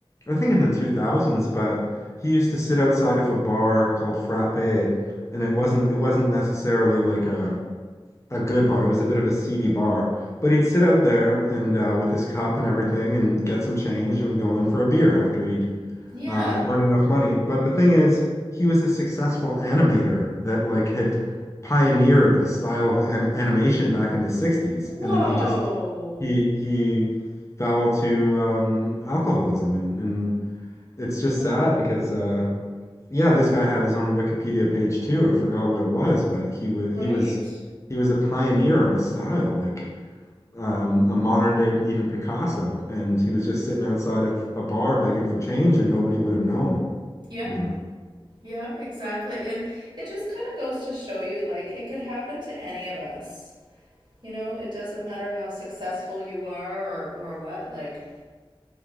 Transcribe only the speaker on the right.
Yeah.
<laughs> Whoa.
Wow.
Right.
Yeah.
Yeah, exactly. And it just kind of goes to show you like it could happen to any of us. You know, it doesn't matter how successful you are or or what. Like